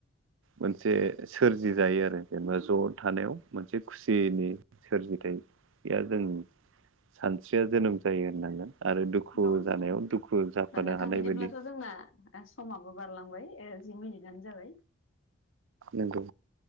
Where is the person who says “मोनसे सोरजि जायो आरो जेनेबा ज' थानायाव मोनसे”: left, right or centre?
Right